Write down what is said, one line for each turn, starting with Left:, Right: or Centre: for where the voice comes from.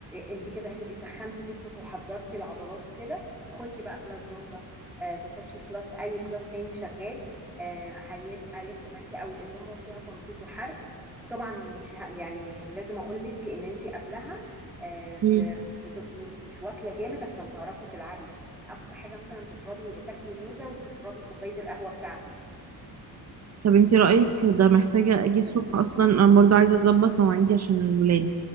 Centre: انت كده هتبقي سخنتي جسمك وحضرتي العضلات وكده تخشي بقى كلاس زومبا آه، تخشي كلاس اي كلاس تاني شغال آه، هيبقى هيفرق معاكي قوي الزومبا فيها تنطيط وحرق وطبعا مش ه... يعني لازم اقول لك ان انت قبلها آه، ب...
Right: مم.
Centre: بتبقي مش واكله جامد عشان تعرفي تلعبي اقصى حاجه مثلا تشربي تاكلي موزه وتشربي كوبايه القهوه بتاعتك
Right: طب انت رايك ده محتاجه اجي الصبح اصلا انا برضو عايزه اظبط مواعيدي عشان الولاد